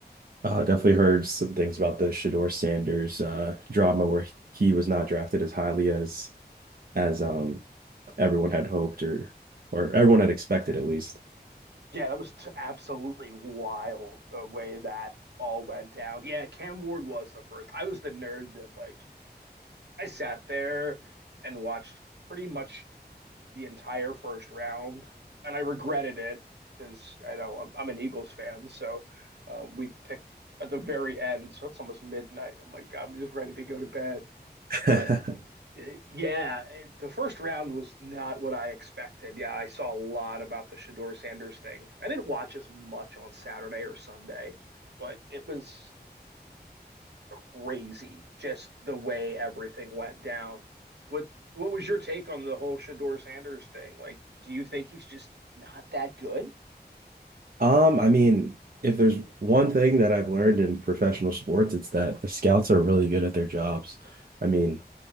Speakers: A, on the right; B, on the right.
A: uh, definitely heard some things about the Shador Sanders uh, drama where he was not drafted as highly as as um everyone had hoped or or everyone had expected at least.
B: Yeah, that was t absolutely wild the way that all went down. Yeah, Cam Ward was the first. I was the nerd that like I sat there and watched pretty much the entire first round, and I regretted it because I know I'm, I'm an Eagles fan, so um, we picked at the very end, so it's almost midnight. I'm like, I'm just ready to go to bed.
A: <laughs>
B: But uh, yeah, it, the first round was not what I expected. Yeah, I saw a lot about the Shador Sanders thing. I didn't watch as much on Saturday or Sunday, but it was crazy just the way everything went down. What what was your take on the whole Shador Sanders thing? Like, do you think he's just not that good?
A: Um, I mean, if there's one thing that I've learned in professional sports, it's that the scouts are really good at their jobs. I mean,